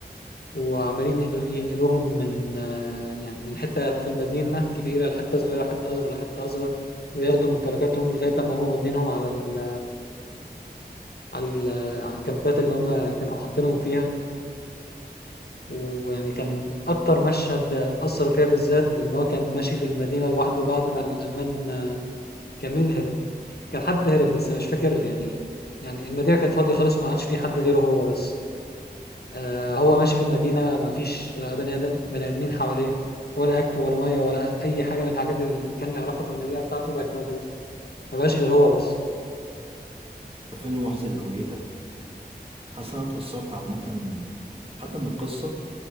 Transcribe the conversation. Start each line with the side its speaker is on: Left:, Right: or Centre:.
Left: وعمالين ينقل- ينقلوهم من آه، يعني من حتة في المدينة كبيرة لحتة صغيرة حتة أصغر لحتة أصغر وياخدوا ممتلكاتهم لغاية ما هم مودينهم على ال على ال على الكامبات اللي هم كانوا حاطينهم فيها ويعني كان أكتر مشهد أثر فيها بالذات إن هو كان ماشي في المدينة لوحده بعد ما الألمان جميل هرب كان حد هرب بس أنا مش فاكر يعني يعني المدينة كانت فاضية خالص وما عادش فيه حد غيره هو بس آه، هو ماشي في المدينة مفيش لا بني آدم بني آدمين حواليه ولا أكل ولا مية ولا أي حاجة من الحاجات اللي كان يعرفها في المدينة بتاعته بقت موجودة ما بقاش غير هو بس
Right: ده فيلم محزن أوي إيه ده حاسس إن أنا اتأثرت عامة حتى من القصة